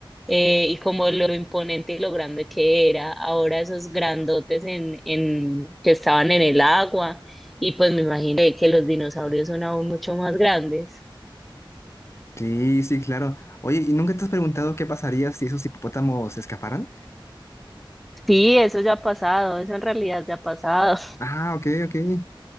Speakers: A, in the centre; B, on the left.
A: eh, y como lo imponente y lo grande que era, ahora esos grandotes en, en, que estaban en el agua y pues me imaginé que los dinosaurios son aún mucho más grandes.
B: Sí, sí, claro. Oye, ¿y nunca te has preguntado qué pasaría si esos hipopótamos se escaparan?
A: Sí, eso ya ha pasado, eso en realidad ya ha pasado.
B: Ah, ok, ok.